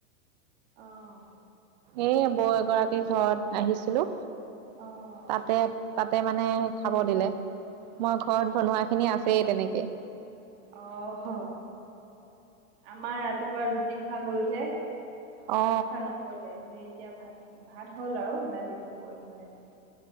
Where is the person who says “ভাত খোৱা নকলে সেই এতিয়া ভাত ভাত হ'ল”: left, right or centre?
Right